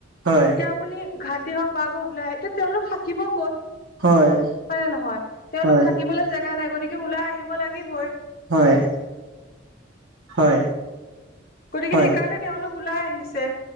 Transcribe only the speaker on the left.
এতিয়া আপুনি হাতী হওঁক, বাঘ হওঁক ওলাই আহে, এতিয়া তেওঁলোক থাকিব ক'ত।
হয়নে নহয়, তেওঁলোক
থাকিবলৈ জেগা নাই। গতিকে ওলাই আহিব লাগিবই।
গতিকে,
সেইকাৰণে তেওঁলোক ওলাই আহিছে।